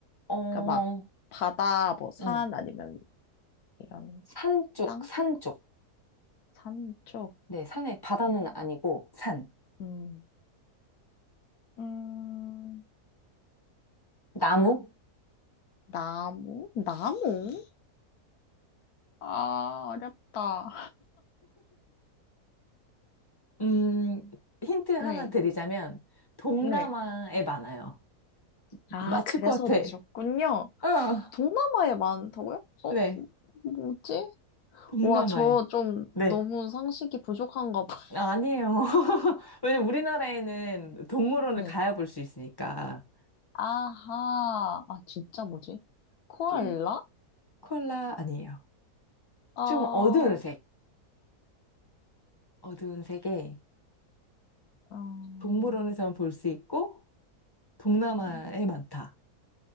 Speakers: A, on the left; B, on the left.
A: 어,
B: 그러니까 막 바다, 뭐 산
A: 응.
B: 아니면 이런
A: 산 쪽,
B: 땅?
A: 산 쪽.
B: 산 쪽?
A: 네, 산에, 바다는 아니고, 산.
B: 음, 음,
A: 나무?
B: 나무? 나무? 아, 어렵다.
A: 음, 힌트 하나
B: 네,
A: 드리자면, 동남아에
B: 네.
A: 많아요.
B: 아,
A: 맞출
B: 그래서
A: 것 같아.
B: 내셨군요.
A: 어,
B: 동남아에 많다고요? 어,
A: 네.
B: 뭐지?
A: 동남아에.
B: 와, 저 좀
A: 네.
B: 너무 상식이 부족한가 봐.
A: 아, 아니에요. <laughs> 왜냐면 우리나라에는 동물원을
B: 네.
A: 가야 볼 수 있으니까.
B: 아하. 아, 진짜 뭐지? 코알라?
A: 좀, 컬라 아니에요.
B: 아,
A: 조금
B: 어,
A: 어두운 색. 어두운 색에
B: 음,
A: 동물원에서만 볼 수 있고, 동남아에
B: 음.
A: 많다.